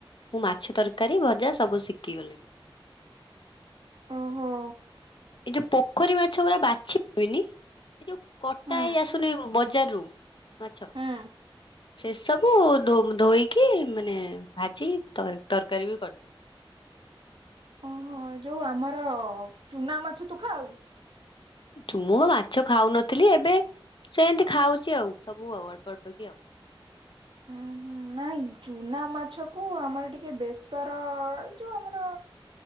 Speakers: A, on the left; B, on the right.
A: ମୁଁ ମାଛ ତରକାରୀ ଭଜା ସବୁ ଶିଖିଗଲି।
B: ଓହୋ।
A: ଏଇ ଯୋଉ ପୋଖରୀ ମାଛ ଗୁଡା ବାଛି ହୁଏନି ଏ ଯୋଉ କଟା
B: ହୁଁ
A: ହେଇ ଆସ ନି ବଜାର ରୁ ମାଛ
B: ହୁଁ।
A: ସେସବୁ ମୁଁ ଧୋ ଧୋଇକି ମାନେ ଭାଜି ତକାରୀ ତରକାରି ବି କରିଦିଏ।
B: ଓହୋ ଯୋଉ ଆମର ଚୁନା ମାଛ ତୁ ଖାଉ?
A: ଚୁନ ମୁଁ ବା ମାଛ ଖାଉନଥିଲି ଏବେ ସେଏଁତି ଖାଉଛି ଆଉ ସବୁ ଆଉ ଅଳ୍ପ ଅଳ୍ପ କି ଆଉ।
B: ଉଁ ହୁଁ ନାଇଁ ଚୁନା ମାଛ କୁ ଆମର ଟିକେ ବେଶର ଯୋଉ ଆମର